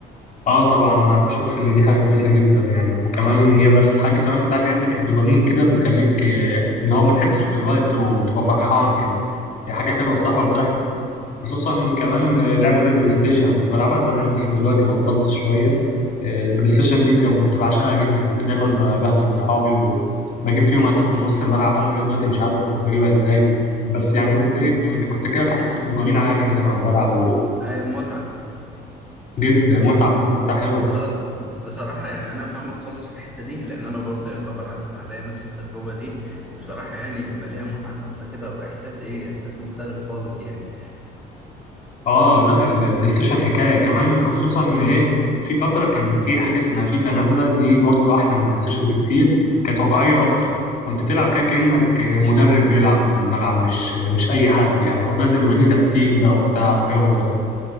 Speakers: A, on the left (about 50°); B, in the centre.
A: اه طبعا انا بشوف ان دي حاجه كويسه جدا يعني كمان هي بس حاجه كمان بتعلي عندك الدوبامين كده بتخليك آه، اللي هو ما تحسش بالوقت وتبقى فرحان كده هي حاجه حلوه الصراحه
B: اه
A: وبتريح خصوصا كمان آه، لعبه زي البلاي ستيشن أنا كنت بلعبها زمان بس دلوقتي بطلت شويه آه، البلاي ستيشن دي كان- كنت بعشقها جدا كنت دايما ب- بهزم اصحابي وبجيب فيهم اهداف من نص الملعب انا لغايه دلوقتي مش عارف كنت بجيبها ازاي بس يعني كنت
B: <laughs>
A: ايه كنت كده بحس بدوبامين عالي كده انا وبلعب و-
B: أي متعه
A: جدا متعه متعه حلوه
B: لا أص- بصراحه يعني انا فاهمك خالص في الحته دي لان انا برضه يعتبر عدت عليا نفس التجربه دي وبصراحه يعني بيبقى ليها متعه خاصه كده واحساس ايه احساس مختلف خالص يعني
A: اه لا ال- البلاي ستيشن حكايه كمان خصوصا إن ايه في فتره كان في حاجه اسمها فيفا نازله دي برضو احلى من البلاي ستيشن بكتير كانت واقعيه اكتر كنت تلعب كده كانك مدرب بيلعب في الملعب مش مش اي حد يعني هو لازم يبقى ليه تكتيك بقى وبتاع والجو ده